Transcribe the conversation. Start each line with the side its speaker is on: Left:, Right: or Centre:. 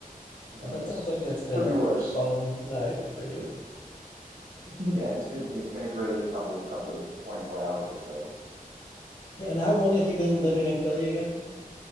Right: You know,
Left: Well, that
Right: I guess
Left: sounds like it's been
Right: could
Left: a
Right: be worse.
Left: fun
Right: <laughs>
Left: night for you.
Right: Yeah, it's been it's been a great couple couple of twenty four hours or so.
Left: Yeah, and how long have you been living in Philly again?